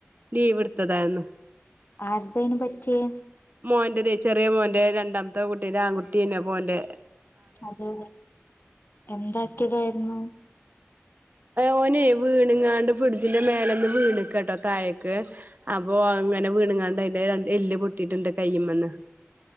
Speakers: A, on the right (about 40°); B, on the left (about 50°).
A: ലീവ് എടുത്തതായിരുന്നു
B: ആർതന് പറ്റിയെ
A: മോന്റെ ചെറിയ മോന്റെ രണ്ടാമത്തെ കുട്ടിന്റെ ആൺകുട്ടിയാണ് മോന്റെ
B: അത് എന്താക്കിയതായിരുന്നു
A: ഓനെ വീണുങ്ങാണ്ട് ഫെടുത്തിന്റെ മേലന്ന് വീണക്ക്ട്ടോ തായക്ക് അപ്പൊ അങ്ങനെ വീണങ്ങാണ്ട് അതിന്റെ എല്ല് പൊട്ടിട്ടുണ്ട് കയ്യുമെന്ന്